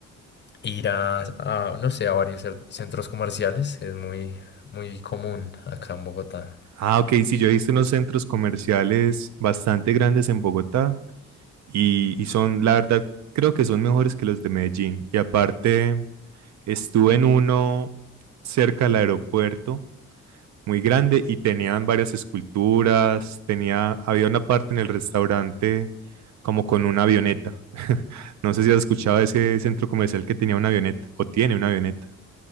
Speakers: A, on the left; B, on the right.
A: ir a, a, no sé, a varios cer- centros comerciales, es muy, muy común acá en Bogotá.
B: Ah, ok, sí, yo he visto unos centros comerciales bastante grandes en Bogotá y, y son, la verdad, creo que son mejores que los de Medellín. Y aparte, estuve en uno cerca del aeropuerto, muy grande, y tenían varias esculturas, tenía, había una parte en el restaurante como con una avioneta. <laughs> No sé si has escuchado de ese centro comercial que tenía una avioneta o tiene una avioneta.